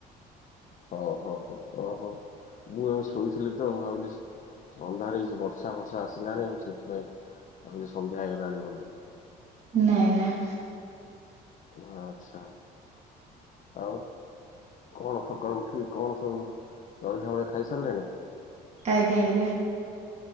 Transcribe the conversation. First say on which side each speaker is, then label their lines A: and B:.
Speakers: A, on the left; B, on the right.
A: ଓ ହୋ ହୋ ଓ ହୋ। ମୁଁ ଏବେ ଶୋଇଥିଲି ତ ମୁଁ ଭାବିଲି ଅନ୍ଧାର ହେଇଚି ବର୍ଷା ଫର୍ଷା ଆସିଲାଣି ମୁଁ ସେଥିପାଇଁ ଭାବିଲି ସନ୍ଧ୍ୟା ହେଇଗଲାଣି ବୋଲି।
B: ନାଇଁ ନାଇଁ।
A: ଓ ଆଚ୍ଛା ଆଉ। କଣ ସକାଳୁ ଉଠି କଣ ସବୁ ଜଳଖିଆ ଫଳଖିଆ ଖାଇ ସାରିଲେଣି?
B: ଆଜ୍ଞା ଆଜ୍ଞା।